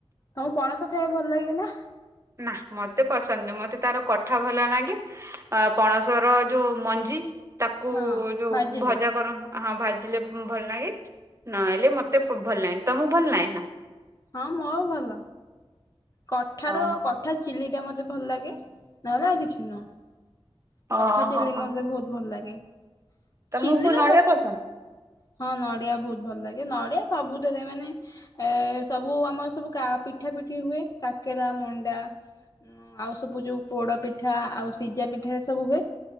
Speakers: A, on the left; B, on the right.
A: ତମ ପଣସ ଖାଇବା ଭଲ ଲାଗେ ନା?
B: ନା ମତେ ପସନ୍ଦ ନୁହେଁ ମତେ ତାର କଠା ଭଲ ଲାଗେ ଆଉ ପଣସ ର ଯୋଉ ମଞ୍ଜି ତାକୁ
A: ହଁ
B: ଯୋଉ
A: ଭାଜିଲେ
B: ଭଜା କର ହଁ ଭାଜି ହେଲେ ଭଲ ଲାଗେ, ନହଲେ ମତେ ଭଲ ଲାଗେନି। ତମକୁ ଭଲ ଲାଗେନା?
A: ହଁ ମୋ ଭଲ ।କଠାର
B: ଓ
A: କଠା ଚିଲି ମତେ ଭଲ ଲାଗେ ନହେଲେ ଆଉ କିଛି ନୁହଁ ।
B: ଓହୋ
A: କଠା ଚିଲି ମତେ ବହୁତ ଭଲ ଲାଗେ। ଗେ
B: ତମକୁ
A: ଚିଲିର
B: ନଡିଆ ପସନ୍ଦ
A: ହଁ ନଡିଆ ବହୁତ ଭଲ ଲାଗେ। ନଡ଼ିଆ ସବୁଥିରେ ମାନେ ଏ ସବୁ ଆମର ସବୁ ପିଠା ପିଠି ହୁଏ ।କାକେରା ମଣ୍ଡା ଉଁ ଆଉ ସବୁ ଯୋଉ ପୋଡ ପିଠା ଆଉ ସିଝା ପିଠା ସବୁ ହୁଏ